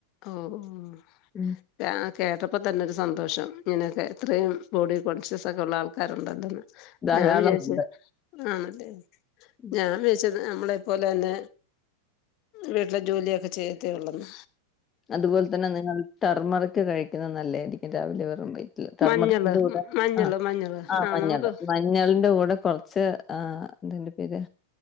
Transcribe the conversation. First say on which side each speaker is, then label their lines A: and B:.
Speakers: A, on the left; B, on the left.
A: ഓ ആഹ്.
B: ഉം.
A: തെ ആഹ് കേട്ടപ്പ തന്നൊരു സന്തോഷം ഇങ്ങനൊക്കെ. ഇത്രയും ബോഡി കോൺഷ്യസൊക്കള്ള ആൾക്കാരുണ്ടല്ലോന്ന്.
B: ധാരാളമുണ്ട്
A: ഞാം വിചാരിച്ചു ആഹ് അതെ
B: ഉം.
A: ഞാം വിചാച്ചു ന്നാ ഞമ്മളെ പോലെന്നെ വീട്ടിലെ ജോലിയൊക്കെ ചെയ്യത്തേയുള്ളന്ന്.
B: അതുപോലെ തന്നെ നിങ്ങൾ ടെർമറിക് കഴിക്കുന്നത് നല്ലതായിരിക്കും രാവിലെ വെറും വയറ്റിൽ ടെർമറിക്കിന്റെ
A: മഞ്ഞള്
B: കൂടെ
A: മഞ്ഞള്
B: ആ
A: മഞ്ഞള്
B: ആ
A: ആഹ്
B: മഞ്ഞള്
A: നമുക്ക്
B: മഞ്ഞളിന്റെ കൂടെ കുറച്ച് ആ എന്താ അതിന്റെ പേര്